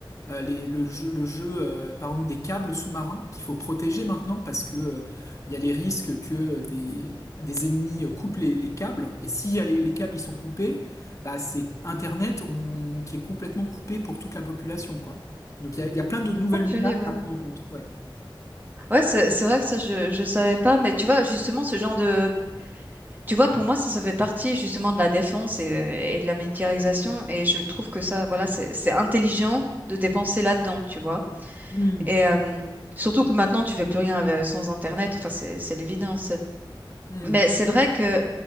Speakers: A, on the left; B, on the right.
A: Euh, les- le jeu, le jeu euh, par exemple, des câbles sous-marins qu'il faut protéger maintenant parce que euh, il y a les risques que des, des ennemis euh, coupent les, les câbles. Et si les, les câbles ils sont coupés, bah, c'est Internet on- qui est complètement coupé pour toute la population, quoi. Donc il y a, il y a plein de nouvelles
B: Ah, purée,
A: menaces
B: ouais.
A: à prendre en compte. Ouais.
B: Ouais, c'est c'est vrai que ça je je savais pas, mais tu vois justement ce genre de tu vois pour moi ça ça fait partie justement de la défense et, euh, et de la militarisation et je trouve que ça voilà c'est c'est intelligent de dépenser là-dedans, tu vois.
A: Hmm,
B: Et euh, surtout que maintenant, tu fais plus rien avec- sans Internet. Enfin, c'est c'est l'évidence.
A: hmm.
B: Mais c'est vrai que